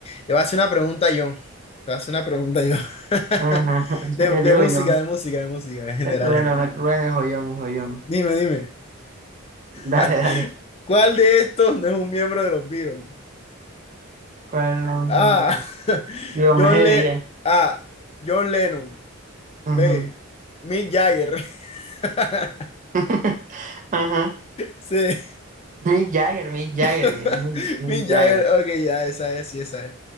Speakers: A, on the left (about 30°); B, on the right (about 40°).
A: Te voy a hacer una pregunta yo. Te voy a hacer una pregunta yo. <laughs>
B: Ajá, <laughs>
A: De,
B: El
A: de
B: joyón.
A: música, de música, de música, en general,
B: Eh, Bueno,
A: en general.
B: bueno, el joyón, el joyón.
A: Dime, dime.
B: Dale,
A: <laughs>
B: dale.
A: ¿Cuál de estos no es un miembro de los Beatles?
B: ¿Cuál no? no?
A: A. <laughs>
B: Yo me
A: John Le-
B: ría.
A: A. John Lennon.
B: Ujú.
A: B. Mick Jagger. <laughs>
B: <laughs> Ajá.
A: C.
B: Mick Jagger, Mick Jagger,
A: <laughs>
B: eh, Mick Mick
A: Mick Jagger.
B: Jagger,
A: Ok, ya, esa es, sí, esa es.